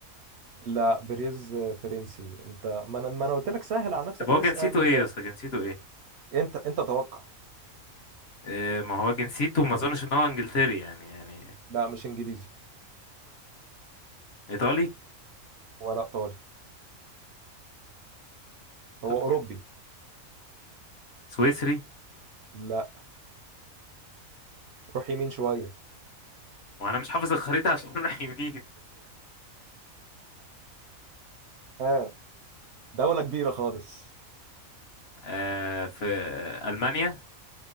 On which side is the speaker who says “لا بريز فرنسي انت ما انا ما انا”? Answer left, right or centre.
Right